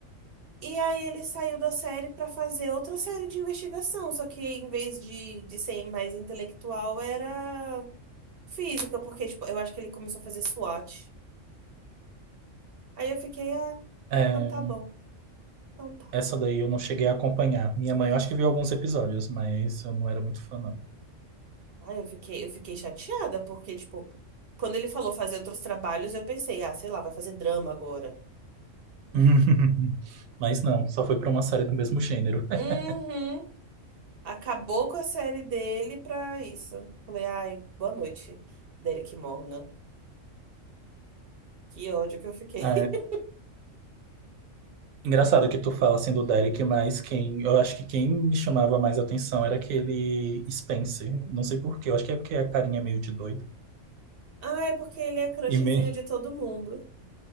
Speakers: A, on the right; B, on the right.
A: E aí ele saiu da série pra fazer outra série de investigação, só que em vez de, de ser mais intelectual, era física, porque tipo, eu acho que ele começou a fazer SWOT. Aí eu fiquei, ah,
B: É.
A: então tá bom, então tá.
B: Essa daí eu não cheguei a acompanhar. Minha mãe, eu acho que viu alguns episódios, mas eu não era muito fã, não.
A: Aí eu fiquei, eu fiquei chateada, porque, tipo, quando ele falou fazer outros trabalhos, eu pensei, ah, sei lá, vai fazer drama agora.
B: <laughs> Mas não, só foi pra uma série do mesmo gênero. <laughs>
A: Uhum. Acabou com a série dele pra isso. Falei, ai, boa noite, Derek Morgan. Que ódio que eu fiquei.
B: É,
A: <laughs>
B: engraçado que tu fala assim do Derek, mas quem, eu acho que quem me chamava mais atenção era aquele Spencer. Não sei por quê, eu acho que é porque a carinha é meio de doido.
A: Ah, é porque ele é crushzinho
B: E me,
A: de todo mundo.